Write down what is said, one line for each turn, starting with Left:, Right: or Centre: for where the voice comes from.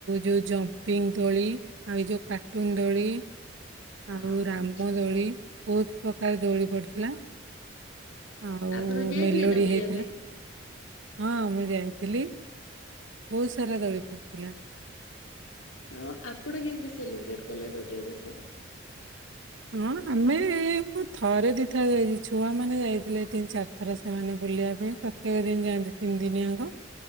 Right: ଯୋଉ ଜମ୍ପିଙ୍ଗ୍ ଦୋଳି ଆଉ ଏଇ ଯୋଉ କାର୍ଟୁନ୍ ଦୋଳି।
Left: ଆଚ୍ଛା
Right: ଆଉ ରାମ ଦୋଳି ବହୁତ ପ୍ରକାର ଦୋଳି ପଡିଥିଲା। ଆଉ
Left: ଆପଣ ଯାଇଥିଲେ
Right: ମେଲୋଡି
Left: ନା ବୁଲିବା
Right: ହେଇଥିଲା
Left: ପାଇଁ?
Right: ହଁ ମୁଁ ଯାଇଥିଲି। ବହୁତ ସାରା ଦୋଳି ପଡିଥିଲା।
Left: ଆଉ ଆପଣ କେମିତି ସେଲିବ୍ରେଟ କଲେ ରଜକୁ ଏଥର।
Right: ହଁ ଆମେ। ଥରେ ଦିଥର ଯାଇଛୁ ଛୁଆ ମାନେ ଯାଇଥିଲେ ତିନି ଚାରି ଥର ସେମାନେ ବୁଲିବା ପାଇଁ ତ। ସେ ଦିନି ଯାଆନ୍ତି ତିନି ଦିନି ଆଙ୍କ